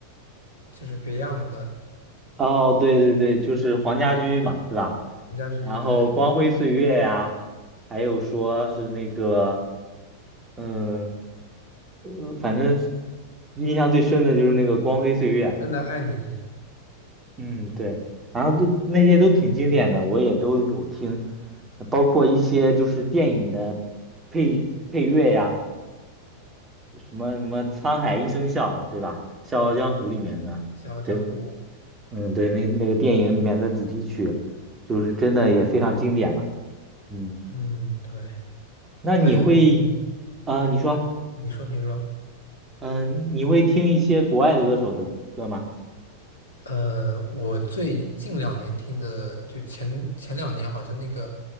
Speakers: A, on the left; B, on the right.
A: 就是 Beyond 的
B: 哦，对对对，就是黄家驹嘛，是吧？
A: 陈家驹对
B: 然后《光辉岁月》呀，还有说是那个，嗯，呃，反正印象最深的就是那个《光辉岁月》。
A: 《真的爱你》
B: 嗯，对，然后都那些都挺经典的，我也都有听，包括一些就是电影的配配乐呀，什么什么《沧海一声笑》，对吧？《笑傲江湖》里面的，
A: 《笑傲江湖》，
B: 对，嗯，对，那那个电影里面的主题曲，就是真的也非常经典嘛。嗯，
A: 嗯，对，
B: 那你会，
A: 还有一些
B: 呃，你说，
A: 你说你说
B: 嗯、你会听一些国外的歌手的歌吗？
A: 呃，我最近两年听的，就前前两年好像那个